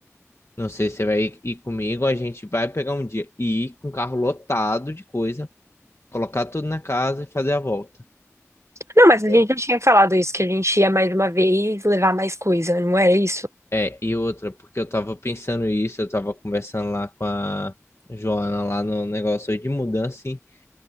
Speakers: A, on the left; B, on the right.
A: Não sei se você vai ir comigo, a gente vai pegar um dia e ir com o carro lotado de coisa, colocar tudo na casa e fazer a volta,
B: Não, mas
A: entendeu?
B: a gente já tinha falado isso, que a gente ia mais uma vez levar mais coisa, não era isso?
A: É, e outra, porque eu tava pensando isso, eu tava conversando lá com a Joana lá no negócio de mudança, E